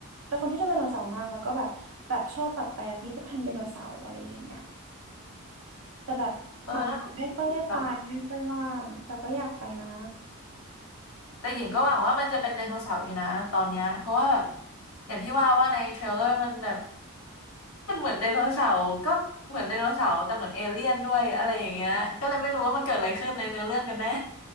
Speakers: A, on the right; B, on the left.
A: เป็นคนที่ชอบไดโนเสาร์มากแล้วก็แบบแบบชอบแบบไปพิพิธภัณฑ์ไดโนเสาร์อะไรอย่างเงี้ยแต่แบบหลังๆไม่ค่อยได้ไปไม่ค่อยว่างแต่ก็อยากไปนะ
B: ำเออนั่นแหละแต่ว่แต่หญิงก็หวังว่ามันจะเป็นไดโนเสาร์อยู่นะตอนเนี้ยเพราะว่าแบบอย่างที่ว่าว่าในเทรลเลอร์มันแบบ มันเหมือนไดโนเสาร์ก็เหมือนไดโนเสาร์แต่เหมือนเอเลี่ยนด้วยอะไรอย่างเงี้ยก็เลยไม่รู้ว่ามันเกิดอะไรขึ้นในเนื้อเรื่องกันแน่